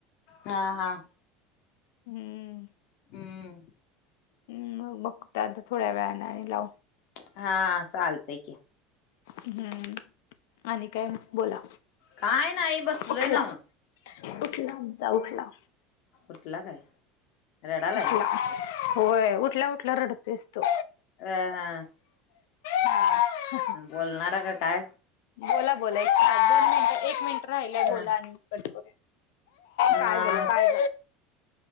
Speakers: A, on the left; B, on the left.
A: हा हा
B: हम्म
A: हम्म
B: हम् मग बघते आता थोड्या वेळाने आणि लावून
A: हा चालतंय की
B: हम्म आणि काय बोला
A: काय नाही बसलोय
B: उठला
A: नव्ह
B: उठला आमचा उठला
A: उठला काय रडालाय
B: उठला होय उठल्या उठल्या रडतोयच तो
A: अ हा
B: हा <unintelligible>
A: बोलणार का काय
B: बोला बोला एक दोन मिनिट एक मिनिट राहिलय
A: हा
B: बोला आणि कट कर. काय
A: मग
B: झालं काय?